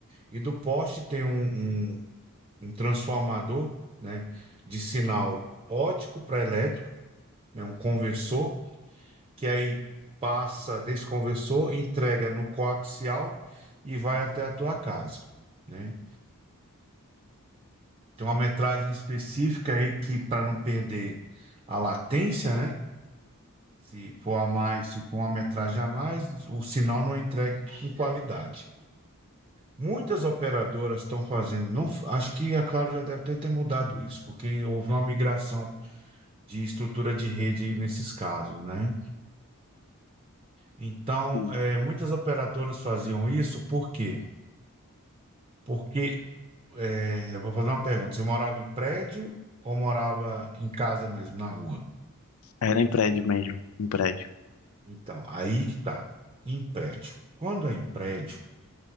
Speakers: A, on the right; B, on the left.
A: E do poste tem um, um- um transformador, né? De sinal óptico para elétrico, né? Um conversor que aí passa, desconversou, entrega no coaxial e vai até a tua casa, né? Tem uma metragem específica aí que para não perder a latência, né? Se for a mais, se for uma metragem a mais, o sinal não é entregue com qualidade. Muitas operadoras estão fazendo, não, acho que a Claro já deve ter, ter mudado isso, porque houve uma migração de estrutura de rede nesses casos, né? Então,
B: Sim.
A: eh, muitas operadoras faziam isso porque Porque, é, eu vou fazer uma pergunta. Você morava em prédio ou morava em casa mesmo, na rua?
B: Era em prédio mesmo, em prédio.
A: Então, aí que tá. Em prédio. Quando é em prédio,